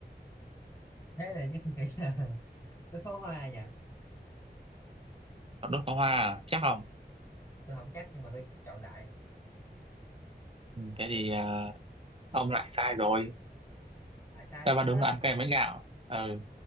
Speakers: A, on the left (about 15°); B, on the right (about 35°).
A: thế này nhất tôi nghĩ là <laughs> nước pháo hoa nha
B: Còn đốt pháo hoa à? chắc không
A: tôi không chắc nhưng mà tôi chọn đại
B: ừ. thế
A: tôi
B: thì ờ,
A: chọn
B: ông lại sai rồi
A: đại sai
B: đáp
A: tiếp
B: án đúng
A: á
B: là ăn kem bánh gạo ừ.